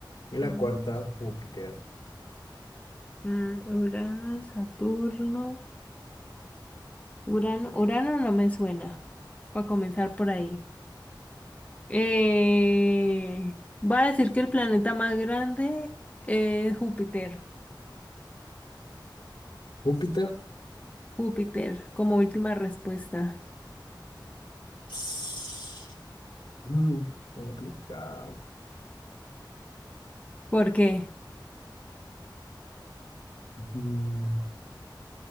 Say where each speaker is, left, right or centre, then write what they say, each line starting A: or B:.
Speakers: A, on the left (about 70°); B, on the left (about 20°).
A: Y la
B: Venus,
A: cuarta, Júpiter.
B: mm, Urano, Saturno. Urano, Urano no me suena, para comenzar por ahí. Eh, voy a decir que el planeta más grande es Júpiter.
A: Júpiter.
B: Júpiter, como última respuesta.
A: <sniffs> Mm, complicado.
B: ¿Por qué?
A: Mm,